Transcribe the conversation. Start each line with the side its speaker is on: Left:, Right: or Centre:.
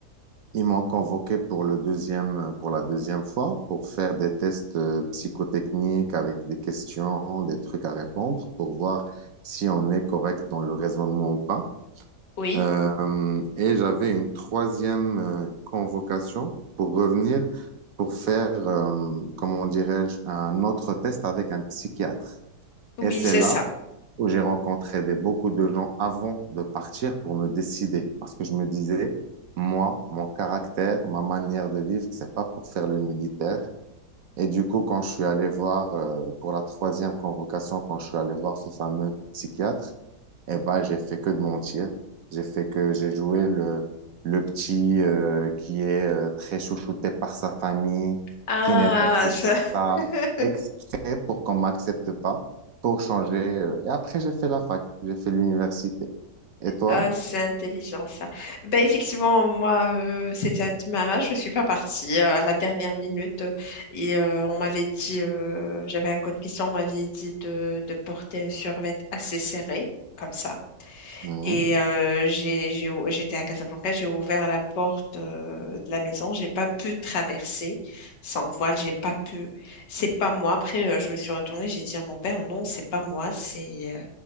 Right: Ils m'ont convoqué pour le deuxième, pour la deuxième fois pour faire des tests euh, psychotechniques avec des questions, des trucs à répondre pour voir si on est correct dans le raisonnement ou pas.
Left: Oui.
Right: Euh, euh, et j'avais une troisième euh, convocation pour revenir pour faire, euh, comment dirais-je, un autre test avec un psychiatre.
Left: Oui,
Right: Et c'est
Left: c'est
Right: là
Left: ça.
Right: où j'ai rencontré des, beaucoup de gens avant de partir pour me décider. Parce que je me disais, moi, mon caractère, ma manière de vivre, c'est pas pour faire le militaire. Et du coup, quand je suis allé voir, euh, pour la troisième convocation, quand je suis allé voir ce fameux psychiatre, eh ben, j'ai fait que de mentir. J'ai fait que j'ai joué le, le petit euh, qui est euh, très chouchouté par sa famille,
Left: Ah,
Right: qui n'est pas fait
Left: ça-
Right: pour ça,
Left: <laughs>
Right: exprès pour qu'on m'accepte pas, pour changer. euh. Et après, j'ai fait la fac, j'ai fait l'université. Et toi?
Left: ah, c'est intelligent ça. Ben effectivement, moi, euh, c'était à Témara, je suis pas partie euh, à la dernière minute euh, et euh, on m'avait dit, euh, j'avais un code cuisson, on m'avait dit de, de porter un survêt assez serré, comme ça.
Right: Oui.
Left: Et euh, j'ai, j'ai ou- j'étais à Casablanca, j'ai ouvert la porte euh, de la maison, j'ai pas pu traverser sans voile, j'ai pas pu. C'est pas moi. Après, euh, je me suis retournée, j'ai dit à mon père, non, c'est pas moi, c'est, euh,